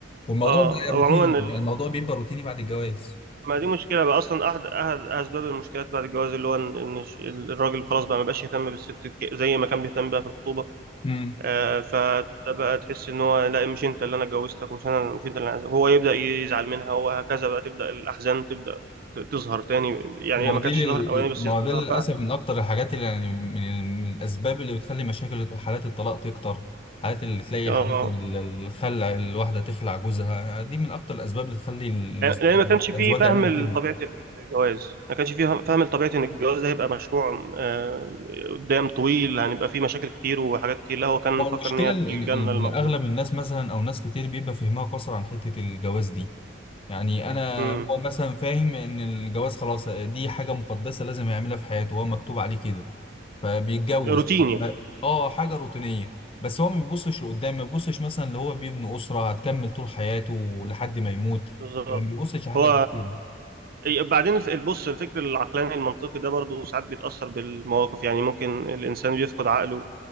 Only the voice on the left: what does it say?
والموضوع
بقى روتيني
يعني الموضوع بيبقى روتيني بعد الجواز
امم
هو
دي لل...
ما
هو ده للاسف
من اكتر الحاجات اللي يعني من, ال... من الاسباب اللي بتخلي مشاكل حالات الطلاق تكتر حالات اللي تلاقي
حالات ال- الخلع الواحده تخلع جوزها دي من اكتر الاسباب اللي تخلي ال-
الازواج
يعملوا
كده
ما هو المشكله
ان
ان إن
اغلب الناس مثلا او ناس كتير بيبقى فهمها قصر عن حته الجواز دي يعني انا
هو مثلا فاهم ان الجواز خلاص دي حاجه مقدسه لازم يعملها في حياته وهو مكتوب عليه كده فبيتجوز
ما- اه حاجه روتينيه بس هو ما بيبصش لقدام ما بيبصش مثلا اللي هو بيبني اسره هتكمل طول حياته لحد ما يموت
يعني ما بيبصش لحاجه
زي كده